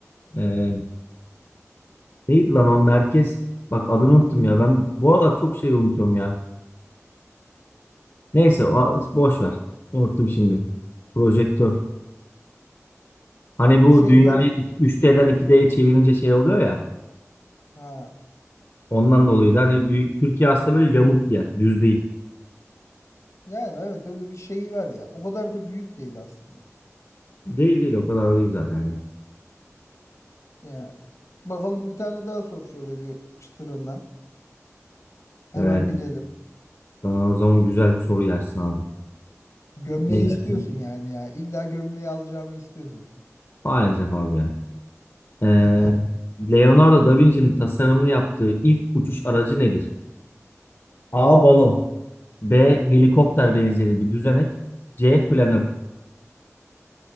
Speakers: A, on the left; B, on the left.
A: E, Neydi lan o merkez? Bak adını unuttum ya. Ben bu aralar çok şey unutuyorum ya. Neyse o- boş ver. Unuttum şimdi. Projektör. Hani bu
B: <laughs> Şey
A: dünyayı
B: böyle
A: iki- 3D'den 2D'ye çevirince şey oluyor ya.
B: ha.
A: Ondan dolayı da hani dü- Türkiye aslında böyle yamuk bir yer. Düz değil.
B: Yani evet öyle bir şey var ya. O kadar da büyük değil aslında.
A: Değil değil o kadar değil zaten ya.
B: Yani bakalım bir tane daha sor şöyle bir çıtırından. Hemen
A: Evet.
B: bilelim.
A: Sana o zaman güzel bir soru gelsin abi.
B: Gömleği
A: Ne gelsin?
B: istiyorsun yani ya. İlla gömleği alacağımı istiyorsun.
A: Maalesef abi yani. Ee,
B: <laughs>
A: Leonardo da Vinci'nin tasarımını yaptığı ilk uçuş aracı nedir? A. Balon. B. Helikopter benzeri bir düzenek. C. Planör.